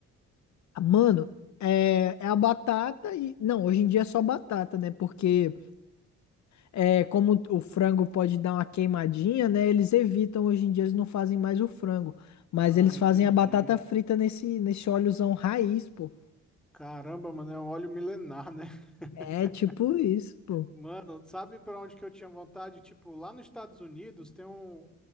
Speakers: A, on the left; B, in the centre.
A: Mano, é, é a batata e... Não, hoje em dia é só batata, né? Porque... é, como o frango pode dar uma queimadinha, né? Eles evitam, hoje em dia eles não fazem mais o frango, mas
B: Ah,
A: eles
B: entendi.
A: fazem a batata frita nesse, nesse óleozão raiz, pô.
B: Caramba, mano, é um óleo milenar, né? <laughs>
A: É tipo isso, pô.
B: Mano, sabe pra onde que eu tinha vontade? Tipo, lá nos Estados Unidos tem um,